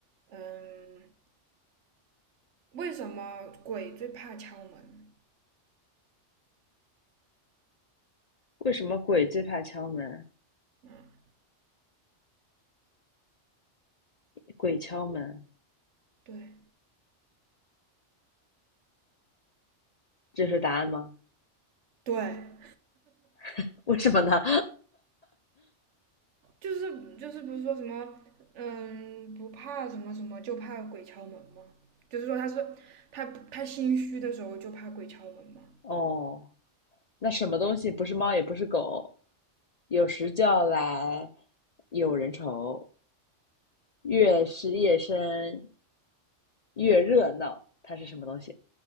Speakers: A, on the right (about 75°); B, on the left (about 50°).
A: 嗯，为什么鬼最怕敲门？
B: 为什么鬼最怕敲门？
A: 嗯，
B: 鬼敲门，
A: 对
B: 这是答案吗？
A: 对，
B: <laughs> 为什么呢？
A: 就是就是不是说什么嗯不怕什么什么，就怕鬼敲门吗？就是说他是他他心虚的时候就怕鬼敲门吗？
B: 哦，那什么东西不是猫也不是狗，有时叫来有人愁。越是夜深越热闹，它是什么东西？